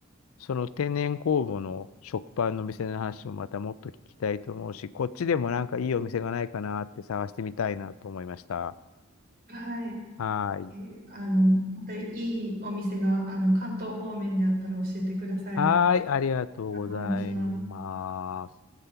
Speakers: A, on the left; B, on the right.
A: その天然酵母の食パンのお店の話もまたもっと聞きたいと思うし、こっちでもなんかいいお店がないかなって探してみたいなと思いました。
B: はい。
A: はーい。
B: え、あの、またいいお店が、あの、関東方面であったら教えてください。
A: はーい、ありがとうございます。
B: 参考にします。